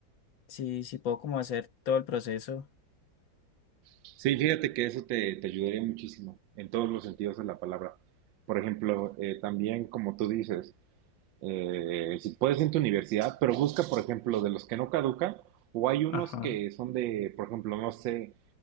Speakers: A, on the left; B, on the right.
A: si, si puedo como hacer todo el proceso.
B: Sí, fíjate que eso te, te ayudaría muchísimo en todos los sentidos de la palabra. Por ejemplo, eh, también, como tú dices, eh, si puedes en tu universidad, pero busca, por ejemplo, de los que no caducan, o hay unos
A: Ajá.
B: que son de, por ejemplo, no sé,